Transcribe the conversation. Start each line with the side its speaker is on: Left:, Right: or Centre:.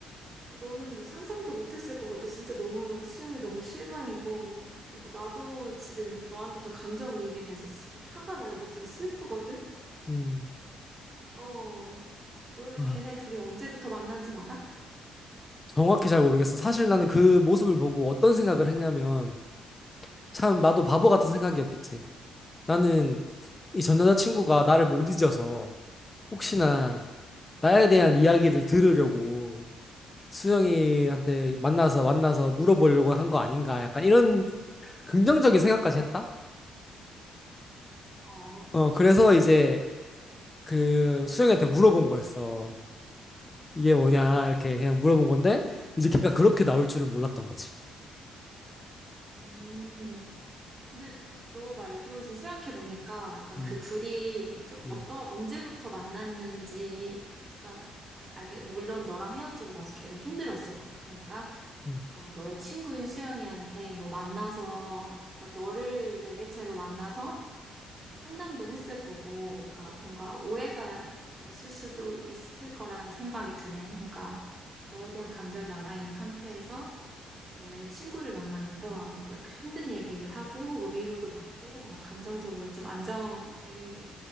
Right: 그 너는 뭐 상상도 못했을 것 같아. 진짜 너무 수영이 너무 실망이고. 그리고 나도 지금 너한테 좀 감정이입이 돼서 진짜 좀 화가 나고 뭐 좀 슬프거든?
Left: 음,
Right: 어, 너는
Left: 아,
Right: 걔네 둘이 언제부터 만난진 알아?
Left: 정확히 잘 모르겠어. 사실 나는 그 모습을 보고 어떤 생각을 했냐면, 참, 나도 바보 같은 생각이었겠지. 나는 이 전 여자친구가 나를 못 잊어서, 혹시나 나에 대한 이야기를 들으려고 수영이한테 만나서, 만나서 물어보려고 한 거 아닌가. 약간 이런 긍정적인 생각까지 했다?
Right: 어,
Left: 어, 그래서 이제 그 수영이한테 물어본 거였어. 이게 뭐냐,
Right: 음,
Left: 이렇게 그냥 물어본 건데, 이제 걔가 그렇게 나올 줄은 몰랐던 거지.
Right: 음, 근데 너 말도 지금 생각해보니까 약간
Left: 음,
Right: 그 둘이 좀
Left: 음.
Right: 어떠, 언제부터 만났는지 약간, 약간 알게, 물론 너랑 헤어지고 나서 걔도 힘들었을 거야. 그러니까
Left: 음.
Right: 어, 너의 친구인 수영이한테 뭐 만나서, 그러니까 너를 매개체로 만나서 뭐 상담도 했을 거고, 그러니까 뭔가 오해가 있을 수도 있을 거라는 생각이 드네. 그러니까 너에 대한 감정이 남아있는 상태에서 너의 친구를 만나면서 뭐그 힘든 얘기를 하고, 뭐 위로도 받고, 뭐 감정적으로 좀 안정이